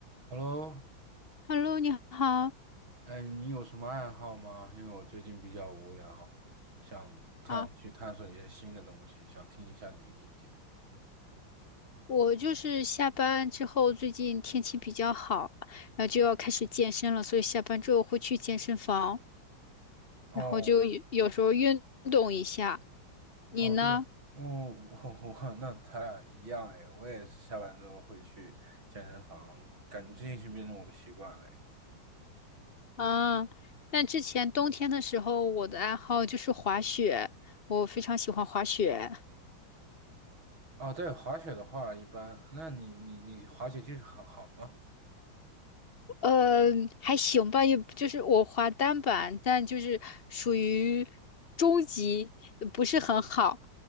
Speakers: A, on the right; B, on the left.
A: Hello，
B: Hello，你好
A: 哎，你有什么爱好吗？因为我最近比较无聊，想探去探索一些新的东西，
B: 啊，
A: 想听一下你的意见。
B: 我就是下班之后，最近天气比较好，然后就要开始健身了，所以下班之后会去健身房，
A: 哦
B: 然后就有有时候运动一下。你呢？
A: 哦，对，哦，我我那咱俩一样哎，我也是下班之后会去健身房，感觉这已经变成我的习惯了哎。
B: 啊，那之前冬天的时候，我的爱好就是滑雪，我非常喜欢滑雪。
A: 哦，对，滑雪的话一般，那你你你滑雪技术好好吗？
B: 呃，还行吧，也不就是我滑单板，但就是属于中级，不是很好，